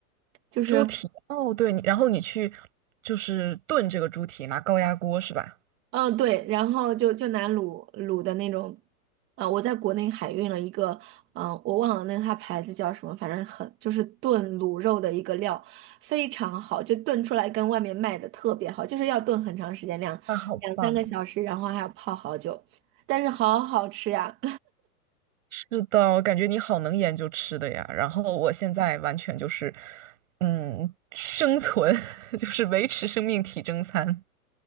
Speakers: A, on the right; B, on the right.
A: 就是。
B: 猪蹄，哦，对，你然后你去就是炖这个猪蹄，拿高压锅是吧？
A: 嗯，对，然后就就拿卤卤的那种，啊、我在国内海运了一个，嗯、我忘了那它牌子叫什么，反正很就是炖卤肉的一个料，非常好，就炖出来跟外面卖的特别好，就是要炖很长时间，两两三个小时，
B: 那好棒。
A: 然后还要泡好久，但是好好吃呀、
B: 是的，我感觉你好能研究吃的呀。然后我现在完全就是，嗯，生存 <laughs> 就是维持生命体征餐。